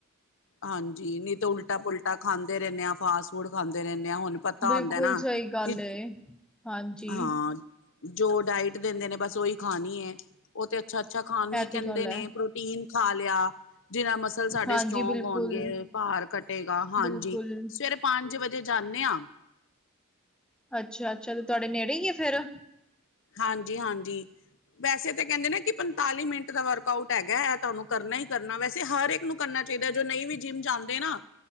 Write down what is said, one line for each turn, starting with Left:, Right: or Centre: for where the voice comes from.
Left: ਹਾਂਜੀ ਨਹੀਂ ਤੋ ਉਲਟਾ ਪੁਲਟਾ ਖਾਂਦੇ ਰਹਿੰਦੇ ਆ ਫਾਸਟ ਫੂਡ ਖਾਂਦੇ ਰਹਿੰਦੇ ਆ ਹੁਣ। ਪਤਾ
Centre: ਬਿਲਕੁਲ
Left: ਹੁੰਦਾ ਨਾ
Centre: ਸਹੀ ਗੱਲ
Left: ਕਿ
Centre: ਏ ਹਾਂਜੀ
Left: ਹਾਂ
Centre: ਇਹ
Left: ਜੋ ਡਾਇਟ ਦਿੰਦੇ ਨੇ ਬਸ ਉਹੀ ਖਾਣੀ ਏ। ਉਹ ਤੇ ਅੱਛਾ ਅੱਛਾ ਖਾਣ ਨੂੰ ਹੀ ਕਹਿੰਦੇ
Centre: ਤੇ ਗੱਲ ਹੈ
Left: ਨੇ ਪ੍ਰੋਟੀਨ ਖਾ ਲਿਆ ਜਿਨਾ ਮਸ ਮਸਲ ਸਾਡੇ
Centre: ਹਾਂਜੀ
Left: ਸਟਰੋਂਗ
Centre: ਬਿਲਕੁਲ
Left: ਹੋਣਗੇ ਭਾਰ ਕੱਟੇਗਾ ਹਾਂਜੀ
Centre: ਬਿਲਕੁਲ,
Left: ਸਵੇਰੇ ਪੰਜ ਵਜੇ ਜਾਂਣੇ ਹਾਂ।
Centre: ਅੱਛਾ-ਅੱਛਾ ਤੇ ਤੁਹਾਡੇ ਨੇੜੇ ਹੀ ਆ ਫਿਰ?
Left: ਹਾਂਜੀ ਹਾਂਜੀ ਵੈਸੇ ਤਾਂ ਕਹਿੰਦੇ ਨੇ ਕਿ ਪੰਤਾਲੀ ਮਿੰਟ ਦਾ ਵਰਕ ਆਊਟ ਹੈਗਾ ਹੈ ਤੁਹਾਨੂੰ ਕਰਨਾ ਹੀ ਕਰਨਾ ਵੈਸੇ ਹਰ ਇੱਕ ਨੂੰ ਕਰਨਾ ਚਾਹੀਦਾ ਜੋ ਨਹੀਂ ਵੀ ਜਿੰਮ ਜਾਂਦੇ ਨਾ।